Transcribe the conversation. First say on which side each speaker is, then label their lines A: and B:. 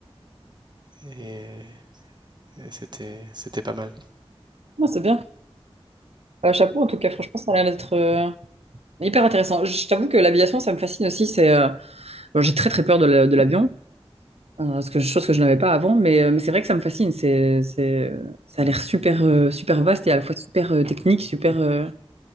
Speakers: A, on the right (about 45°); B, on the right (about 80°).
A: et, et c'était, c'était pas mal.
B: Ouais, c'est bien. Euh, chapeau, en tout cas, franchement, ça a l'air d'être euh, hyper intéressant. Je, je t'avoue que l'aviation, ça me fascine aussi. C'est, euh, bon, j'ai très très peur de la- de l'avion. Euh, ce que, chose que je n'avais pas avant, mais, euh, mais c'est vrai que ça me fascine. C'est, c'est, euh, ça a l'air super, euh, super vaste et à la fois super euh, technique, super. euh,